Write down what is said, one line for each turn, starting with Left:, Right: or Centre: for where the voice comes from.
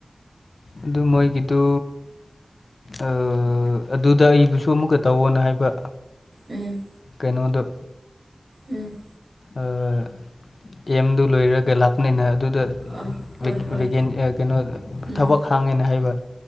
Left: ꯑꯗꯨ ꯃꯣꯏꯒꯤꯗꯣ ꯑꯥ ꯑꯗꯨꯗ ꯑꯩꯕꯨꯁꯨ ꯑꯃꯨꯛꯀ ꯇꯧꯋꯣꯅ ꯍꯥꯏꯕ
Right: ꯎꯝ
Left: ꯀꯩꯅꯣꯗꯣ
Right: ꯎꯝ
Left: ꯑꯥ ꯑꯦꯝꯗꯣ ꯂꯣꯏꯔꯒ ꯂꯥꯛꯄꯅꯤꯅ ꯑꯗꯨꯗ
Right: ꯑꯥ ꯍꯣꯏ
Left: ꯔꯤꯛ
Right: ꯍꯣꯏ
Left: ꯔꯤꯒꯦꯟ ꯑꯦꯛ ꯀꯩꯅꯣ
Right: ꯎꯝ
Left: ꯊꯕꯛ ꯍꯥꯡꯉꯦꯅ ꯍꯥꯏꯕ